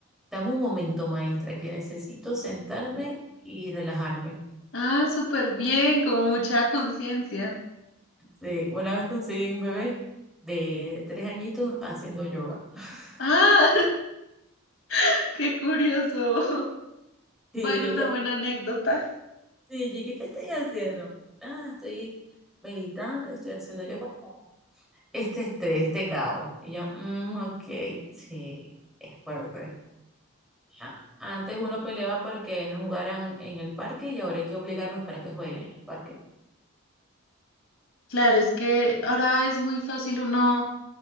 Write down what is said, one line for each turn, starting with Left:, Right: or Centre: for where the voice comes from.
Centre: dame un momento, maestra, que necesito sentarme y relajarme.
Left: Ah, súper bien, como mucha conciencia.
Centre: Sí, una vez conseguí un bebé de tres añitos haciendo yoga. <laughs>
Left: Ah, <laughs> qué curioso. Bueno,
Centre: Sí, yo,
Left: una
Centre: ¿qué?
Left: buena anécdota.
Centre: Sí, yo ¿qué, qué estás haciendo? Ah, estoy meditando, estoy haciendo yoga. este estrés, este caos. Y yo, mm, ok, sí, es Werber. Ah, Antes uno peleaba porque no jugaran en el parque y ahora hay que obligarlos para que jueguen en el parque.
Left: Claro, es que ahora es muy fácil uno